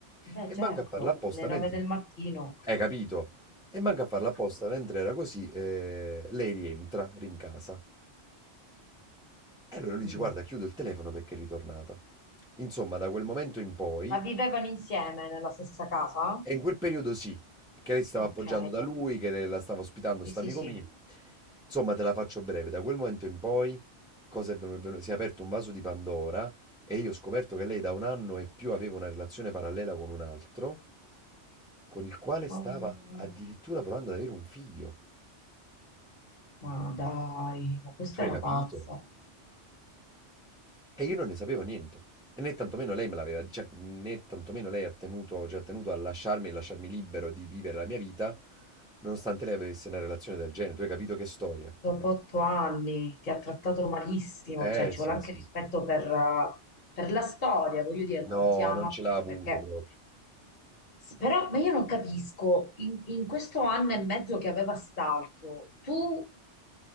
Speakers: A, on the left; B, in the centre.
A: Beh,
B: E
A: certo,
B: manca a farla apposta
A: alle nove
B: mentre...
A: del mattino.
B: Hai capito? E manca a farla apposta mentre era così, eh, lei rientra, rincasa. E allora lui
A: Mm.
B: dice, guarda, chiudo il telefono perché è ritornata. Insomma, da quel momento in poi
A: Ma vivevano insieme nella stessa casa?
B: E in quel periodo sì, perché lei si stava
A: Ok.
B: appoggiando da lui, che le- la stava ospitando, sta
A: Sì, sì,
B: amico
A: sì.
B: mio. Insomma, te la faccio breve, da quel momento in poi cosa è venu- è venu- si è aperto un vaso di Pandora e io ho scoperto che lei da un anno e più aveva una relazione parallela con un altro, con il quale stava
A: Oh,
B: addirittura provando ad avere un figlio.
A: ma dai, ma questa
B: Tu hai
A: è una
B: capito?
A: pazza.
B: E io non ne sapevo niente. E né tantomeno lei me l'aveva, cioè, né tantomeno lei ha tenuto, cioè, ha tenuto a lasciarmi e lasciarmi libero di vivere la mia vita, nonostante lei avesse una relazione del genere. Tu hai capito che storia?
A: Dopo otto anni ti ha trattato malissimo,
B: Eh,
A: cioè ci
B: sì,
A: vuole anche
B: sì.
A: rispetto per, eh, per la storia, voglio dire,
B: No,
A: non ti ama
B: non ce l'ha
A: più
B: avuto
A: perché...
B: proprio.
A: S- Però, ma io non capisco, in, in questo anno e mezzo che aveva st'altro, tu